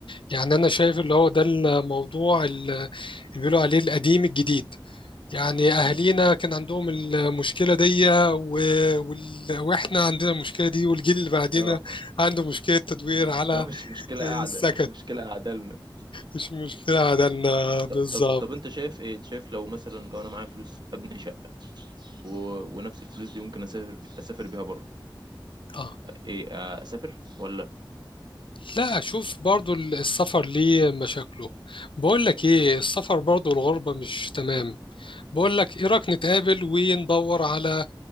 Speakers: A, on the left (about 75°); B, on the right (about 55°).
A: يعني أنا شايف اللي هو ده الموضوع ال- اللي بيقولوا عليه القديم الجديد يعني أهالينا
B: مم.
A: كان عندهم المشكلة دي و- وال- وإحنا عندنا المشكلة دي والجيل اللي بعدينا
B: اه
A: عنده مشكلة تدوير
B: <laughs>
A: على
B: هي مش مشكله
A: السكن
B: قاعده هي مشكله قاعده لنا
A: مش مشكلة عندنا بالظبط
B: ط- طب طب انت شايف ايه شايف لو مثلا لو انا معايا فلوس ابني شقه و... ونفس الفلوس دي ممكن اسافر ب... اسافر بيها بره
A: آه.
B: ايه آه، اسافر ولا
A: لا شوف برضو ال- السفر ليه مشاكله بقول لك ايه السفر برضو الغربة مش تمام بقول لك ايه رأيك نتقابل وندور على